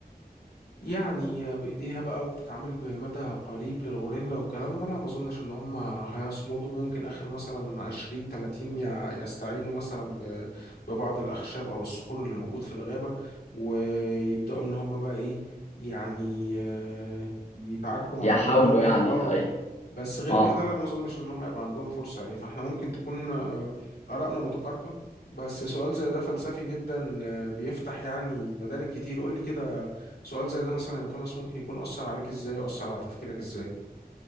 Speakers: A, on the left; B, on the left.
A: يعني بإيديها بقى وبتتعامل بمدى قريب للغوريلا والكلام ده أنا ما أظنش إن هم هيصمدوا ممكن آخر مثلا عشرين تلاتين يع- يستعينوا مثلا ب- ببعض الأخشاب أو الصخور اللي موجود في الغابة ويبدأوا إن هم بقى إيه يعني آه، يتعاركوا مع
B: يحاولوا
A: الغوريلا بيها
B: يعني
A: اه
B: ايوه
A: بس غير
B: اه
A: كده لا ما اظنش ان هم يبقى عندهم فرصه يعني فاحنا ممكن تكون آه، ارائنا متقاربه بس سؤال زي ده فلسفي جدا آه، بيفتح يعني مدارك كتير قول لي كده سؤال زي ده مثلا يا توماس ممكن يكون اثر عليك ازاي واثر على تفكيرك ازاي